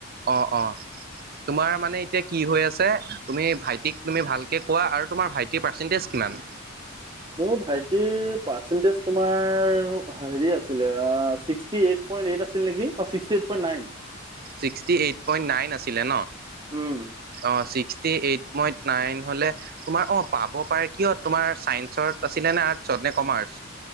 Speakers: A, on the right; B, on the right.
A: অ', অ', তোমাৰ মানে এতিয়া কি হৈ আছ ছে তুমি ভাইটিক তুমি ভালকে কোৱা আৰু তোমাৰ ভাইটিৰ পাৰ্চেণ্টেজ কিমান?
B: মোৰ ভাইটিৰ পাৰ্চেন্টেজ তোমাৰ হেৰি আছিলে আহ ছিক্সটী এইট। পইণ্ট এইট আছিল নেকি, অহ, sixty eight point nine.
A: Sixty eight point nine আছিলে ন,
B: উম।
A: অ', ছিক্স টী এইট মই নাইন হ'লে তোমাৰ, অ', পাব পাৰে কিয় তোমাৰ ছায়ন্সত আছিলে নে আৰ্ট চত নে কমাৰ্চ?